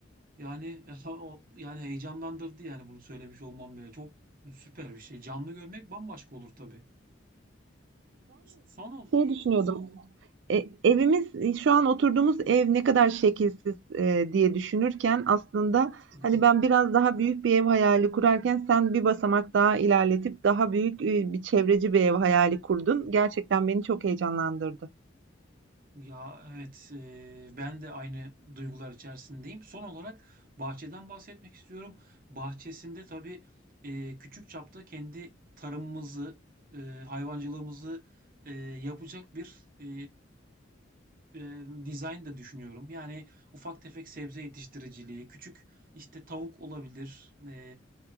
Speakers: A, on the right; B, on the right.
A: Yani <laughs> o yani heyecanlandırdı yani bunu söylemiş olmam bile. Çok süper bir şey. Canlı görmek bambaşka olur tabii. Son ol.
B: Düşünüyordum. E, evimiz e, şu an oturduğumuz ev ne kadar şekilsiz e, diye düşünürken aslında
A: <laughs>
B: hani ben biraz daha büyük bir ev hayali kurarken sen bir basamak daha ilerletip daha büyük e, bir çevreci bir ev hayali kurdun. Gerçekten beni çok heyecanlandırdı.
A: Ya evet eee, ben de aynı duygular içerisindeyim. Son olarak bahçeden bahsetmek istiyorum. Bahçesinde tabii eee, küçük çapta kendi tarımımızı, eee, hayvancılığımızı eee, yapacak bir e, e, design de düşünüyorum. Yani ufak tefek sebze yetiştiriciliği, küçük işte tavuk olabilir e,